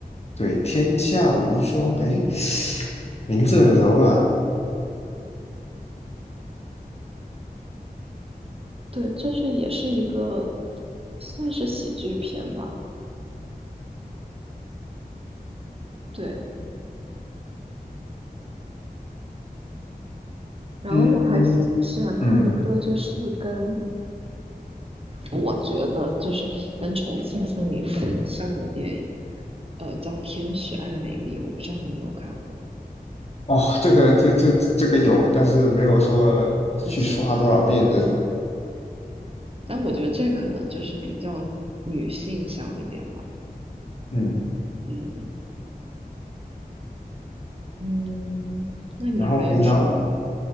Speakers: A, on the left; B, on the right.
A: 对，天下无双，哎，名字很柔啊，
B: 对，就是也是一个算是喜剧片吧。对，然后我还喜喜欢看一个就是跟
A: 嗯嗯，
B: 我觉得就是跟重庆森林很像的电影，呃，叫《天使爱美丽》，我不知道你有没有看过，
A: 哦，这个这这这个有，但是没有说去刷多少遍这种，
B: 很喜欢。但我觉得这可能就是比较女性向一点吧。
A: 嗯，
B: 嗯嗯，那你还有什么？
A: 然后平常无